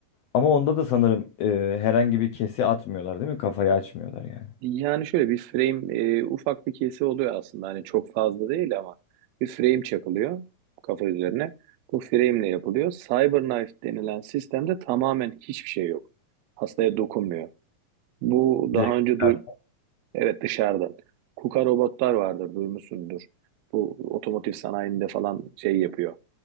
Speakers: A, on the left; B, on the right.
A: Ama onda da sanırım e, herhangi bir kesi atmıyorlar değil mi? Kafayı açmıyorlar yani.
B: Yani şöyle bir frame e, ufak bir kesi oluyor aslında. Hani çok fazla değil ama bir frame çakılıyor kafa üzerine. Bu frame ile yapılıyor. Cyberknife denilen sistemde tamamen hiçbir şey yok. Hastaya dokunmuyor. Bu
A: Direkt
B: daha önce
A: dışarı-
B: duy evet dışarıdan. KUKA robotlar vardır duymuşsundur. Bu otomotiv sanayinde falan şey yapıyor